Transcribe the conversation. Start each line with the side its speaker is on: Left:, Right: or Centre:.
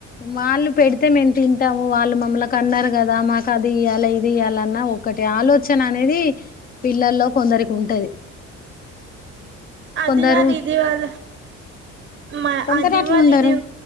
Left: వాళ్ళు పెడితే మేము తింటా వాళ్ళు మమ్ముల కన్నారు కదా మాకు అది ఇయ్యాలి ఇది ఇయ్యాలన్న ఒకటి ఆలోచన అనేది పిల్లల్లో కొందరికి ఉంటది
Right: అది
Left: కొందరు
Right: కాదు ఇది కదా మా
Left: కొందరు
Right: అది
Left: అట్లుండరు
Right: ఇవ్వాలి ఇది